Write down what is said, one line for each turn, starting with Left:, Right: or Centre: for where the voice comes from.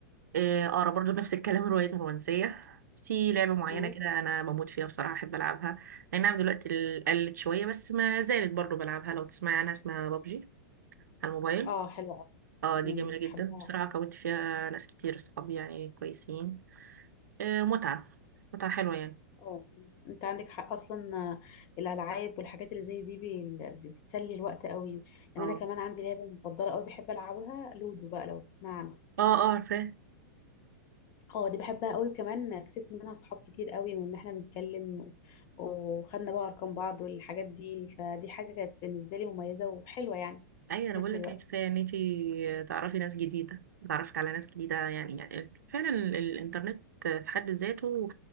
Right: آه آه، برضه نفس الكلام الروايات الرومانسية في لعبة معينة
Left: مم.
Right: كده أنا بموت فيها بصراحة أحب ألعبها أي نعم دلوقتي ال- قلت شوية بس ما زالت برضه بلعبها لو تسمعي عنها اسمها بابجي على الموبايل
Left: اه حلوه قوي
Right: اه دي جميلة
Left: بحبها
Right: جدا بصراحة كونت فيها ناس كتير صحابي يعني كويسين آه متعة متعة حلوة يعني
Left: اه انت عندك حق اصلا آه، الالعاب والحاجات اللي زي دي بي- بي- بتسلي الوقت قوي يعني
Right: اه
Left: انا كمان عندي لعبه مفضله قوي بحب العبها لودو بقى لو تسمع عنها
Right: اه اه عارفاه
Left: اه دي بحبها قوي وكمان كسبت منها صحاب كتير قوي من ان احنا بنتكلم و- وخدنا بقى ارقام بعض والحاجات دي فدي حاجه كانت بالنسبه لي مميزه وحلوه يعني
Right: أيوة أنا
Left: في
Right: بقول
Left: نفس
Right: لك
Left: الوقت
Right: كفاية إن أنتي تعرفي ناس جديدة تعرفت على ناس جديدة يعني, يعني فعلا ال- الإنترنت في حد ذاته